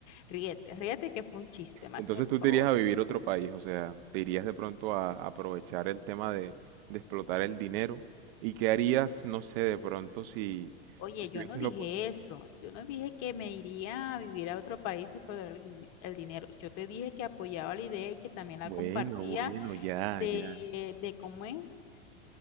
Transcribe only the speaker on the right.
Entonces
tú
te irías a vivir a otro país, o sea, te irías de pronto a aprovechar el tema de, de explotar el dinero. ¿Y qué harías, no sé, de pronto si,
si tuvieses
la oportunidad
Bueno,
bueno, ya,
ya.